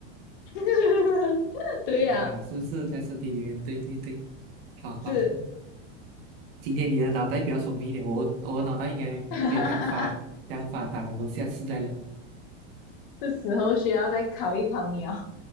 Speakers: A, on the left (about 50°); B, on the right (about 55°).
A: <laughs> 对呀、
B: 啊，是不是在身体里面？对对对，好好。
A: 是，
B: 今天你的脑袋比较聪明一点，我我的脑袋应该没有这样发这样发达。
A: <laughs>
B: 我们下次再聊。
A: 是时候需要再考一考你哦。